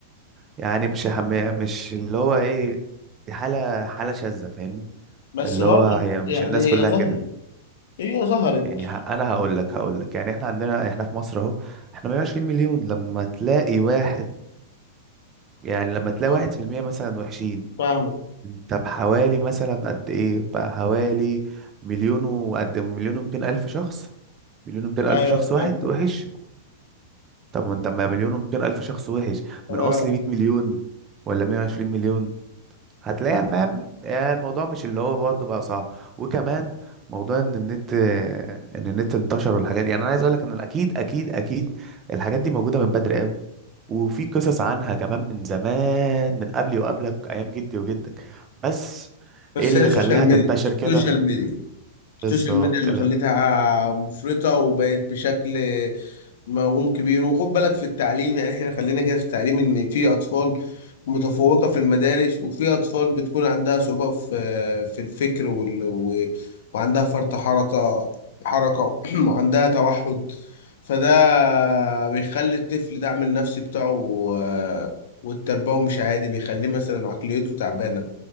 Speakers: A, on the right; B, on the left.
A: يعني مش حمي... مش اللي هو ايه دي حاله حاله شاذه فاهمني
B: بس
A: اللي
B: برضه
A: هو هي مش
B: يعني
A: الناس
B: هي
A: كلها
B: ظهرت
A: كده
B: هي ظهرت
A: يعني ه... انا هقول لك هقول لك يعني احنا عندنا احنا في مصر اهو احنا 120 مليون لما تلاقي واحد يعني لما تلاقي
B: اه
A: واحد في المية مثلا وحشين
B: فاهمة
A: انت بحوالي مثلا قد ايه بقى حوالي مليون وقد مليون ومتين الف شخص مليون ومتين الف
B: أيوه
A: شخص واحد
B: فاهم
A: وحش طب ما انت ما مليون ومتين الف شخص وحش من
B: آه.
A: اصل 100 مليون ولا 120 مليون هتلاقيها فاهم يعني الموضوع مش اللي هو برضه بقى صعب وكمان موضوع ان النت ان النت انتشر والحاجات دي يعني انا عايز اقول لك ان اكيد اكيد اكيد الحاجات دي موجوده من بدري قوي وفي قصص عنها كمان من زمان من قبلي وقبلك ايام جدي وجدك بس
B: بس
A: ايه اللي
B: هي سوشيال
A: خلاها
B: ميديا
A: تنتشر كده
B: سوشيال ميديا السوشيال
A: بالظبط
B: ميديا اللي
A: إيه اللي
B: خلتها مفرطة وبقت بشكل موهوم كبير وخد بالك في التعليم يعني احنا خلينا كده في التعليم ان في اطفال متفوقة في المدارس وفي اطفال بتكون عندها صعوبة في في الفكر وال... و... وعندها فرط حركة حركة <clears throat> وعندها توحد فده بيخلي الطفل دعم النفسي بتاعه آه، والتربوي مش عادي بيخليه مثلا عقليته تعبانة